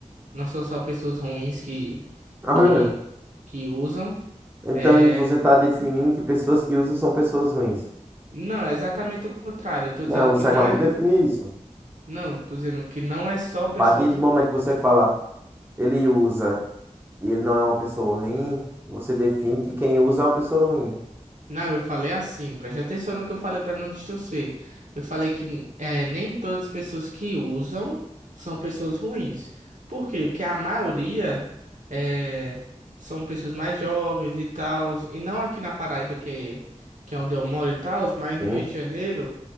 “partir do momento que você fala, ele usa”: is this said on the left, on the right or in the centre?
Right